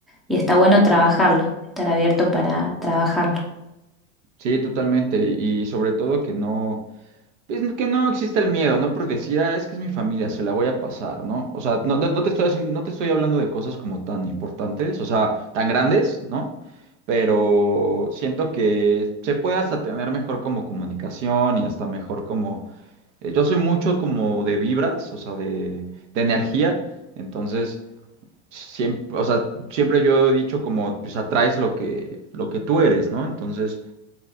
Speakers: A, in the centre; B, on the right.
A: y está bueno trabajarlo, estar abierto para trabajarlo.
B: Sí, totalmente. Y sobre todo que no, pues que no exista el miedo, ¿no? Por decir, "Ah, es que es mi familia, se la voy a pasar, ¿no? O sea, no, no, no te estoy haciendo, no te estoy hablando de cosas como tan importantes, o sea, tan grandes, ¿no? Pero siento que se puede hasta tener mejor como comunicación y hasta mejor como... eh, yo soy mucho como de vibras, o sea, de, de energía. Entonces, siempre, o sea, siempre yo he dicho como, pues atraes lo que, lo que tú eres, ¿no? Entonces...